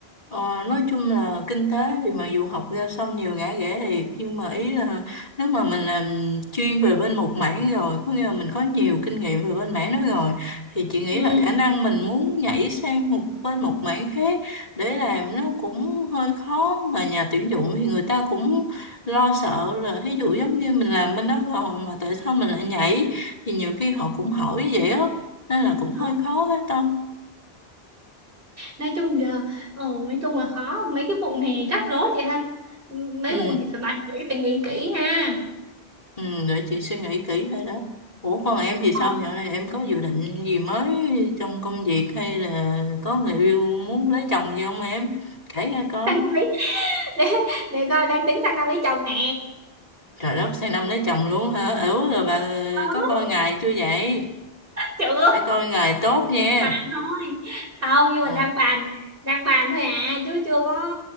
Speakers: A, on the left; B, on the right.
A: ờ, nói chung là kinh tế thì mà dù học ra xong nhiều ngã rẽ thiệt nhưng mà ý là nếu mà mình làm chuyên về bên một mảng rồi có nghĩa là mình có nhiều kinh nghiệm về bên mảng đó rồi thì chị nghĩ
B: ừ.
A: là khả năng mình muốn nhảy sang một bên một mảng khác để làm nó cũng hơi khó mà nhà tuyển dụng thì người ta cũng lo sợ là thí dụ giống như mình làm bên đó rồi mà tại sao mình lại nhảy thì nhiều khi họ cũng hỏi vậy á nên là cũng
B: Đó.
A: hơi khó hết ta
B: nói chung giờ ừ, nói chung là khó mấy cái vụ này rắc rối chị ha Ừ, mấy
A: ừ
B: vụ này phải bàn kỹ phải nghĩ kỹ ha
A: Ừ, để chị suy nghĩ kỹ thôi đó. Ủa còn em thì
B: Ờ,
A: sao? Dạo này em có dự định gì mới trong công việc hay là có người yêu muốn lấy chồng gì không em? Kể nghe coi.
B: sang năm lấy để để coi đang tính sang năm lấy chồng nè
A: Trời đất, sang năm lấy chồng luôn hả? Ừ rồi bà
B: Đó,
A: có coi ngày chưa vậy?
B: chưa
A: Phải coi ngày tốt nha.
B: bàn thôi không nhưng mà
A: Ừ.
B: đang bàn đang bàn thôi à chứ chưa có